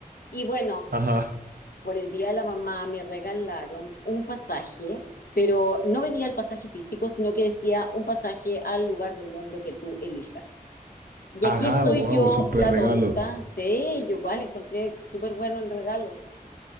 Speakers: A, on the left; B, on the right.
A: Y bueno,
B: Ajá.
A: por el Día de la Mamá me regalaron un pasaje, pero no venía el pasaje físico, sino que decía un pasaje al lugar del mundo que tú elijas. Y
B: Ajá,
A: aquí estoy
B: wow,
A: yo,
B: súper
A: la
B: regalo.
A: tonta. Sí, yo igual encontré súper bueno el regalo.